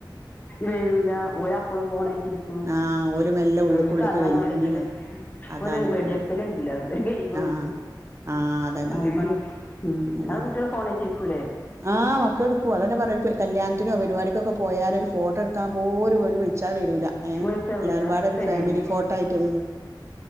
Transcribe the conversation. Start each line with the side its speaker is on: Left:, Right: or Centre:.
Left: വരൂല ഓരു അപ്പള് ഫോൺ ആയിട്ട്
Right: ആഹ് ഓല് മെല്ലെ ഉള്ള്ക്കുള്ള്ക്ക്
Left: വരൂല ഓല് അപ്പയും ഫോൺ ആയിട്ട് ഇരിക്കും ഒരിക്ക് അതാണ്
Right: വലിഞ്ഞ്
Left: വലുത്
Right: നി
Left: ഇപ്പൊ
Right: അതാണ്
Left: ഒരു വെടിവെയ്ക്കല്
Right: ഫോണ്
Left: ഉണ്ടല്ലോ ഒരു ഗെയിം പോല
Right: ആഹ് ആഹ് അതന്നെ അതന്നെ
Left: ഇങ്ങടെ
Right: അതന്നെ
Left: കുട്ടികൾ ഫോണായിട്ട് ല്ലേ
Right: ആഹ് മക്കെടുക്കുവ അതന്നെ പരിപാടി ഒരു കല്യാണത്തിനോ പരിപാടി ഒക്കെ പോയാൽ ഒരു ഫോട്ടോ എടുക്ക എടുക്കാൻ പോലും ഓരു വിളിച്ചാ വരൂല ഏഹ
Left: വിളിച്ചാ
Right: എല്ലാരുംകൂടെ
Left: വരില്ല
Right: ഒരു
Left: ശരിയെന്നെ
Right: ഫാമിലി ഫോട്ടോ ആയിട്ടും